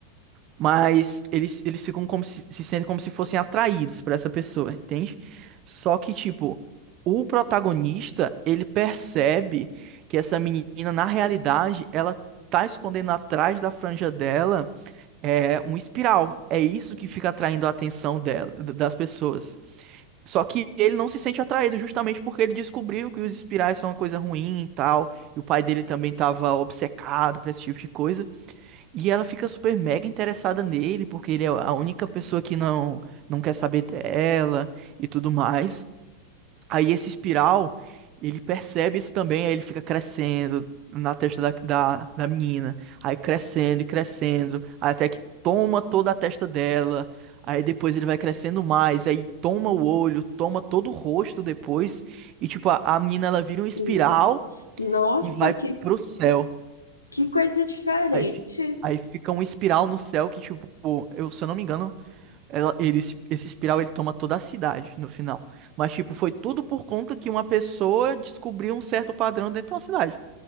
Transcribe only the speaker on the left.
Sim. Nossa,
que,
que coisa diferente.